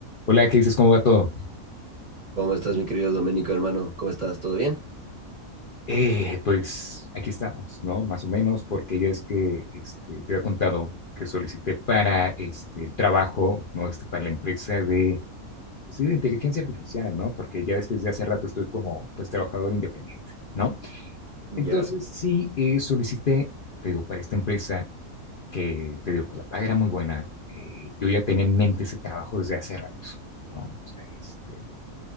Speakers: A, on the left (about 50°); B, on the right (about 40°).
A: Hola, ¿qué dices? ¿Cómo va todo?
B: ¿Cómo estás, mi querido Doménico, hermano? ¿Cómo estás? ¿Todo bien?
A: Eh, pues aquí estamos, ¿no? Más o menos, porque ya es que este, te había contado que solicité para este, el trabajo, ¿no? Este, para la empresa de, pues, sí, de inteligencia artificial, ¿no? Porque ya ves que desde hace rato estoy como, pues, trabajador independiente, ¿no?
B: Ya.
A: Entonces, sí, eh, solicité, te digo, para esta empresa que, te digo, pues la paga era muy buena. eh, yo ya tenía en mente ese trabajo desde hace rato, ¿no? O sea, este,